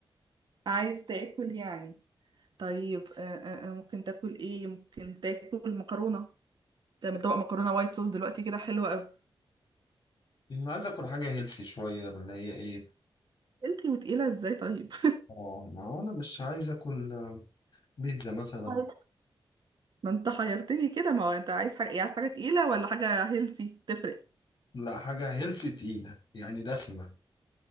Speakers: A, on the right; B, on the left.
A: عايز تاكل يعني طيب آه، آه، آه، ممكن تاكل ايه ممكن تاكل مكرونه تعمل طبق مكرونه وايت صوص دلوقتي كده حلوه قوي
B: انا عايز اكل حاجه هيلسي شويه اللي هي ايه
A: هيلثي وتقيله ازاي طيب
B: اه ما هو انا مش عايز اكل آه، بيتزا مثلا
A: <laughs> طيب ما انت حيرتني كده ما هو انت عايز حاجه إيه، عايز حاجه تقيله ولا حاجه هيلثي تفرق
B: لا حاجه هيلسي تقيله يعني دسمه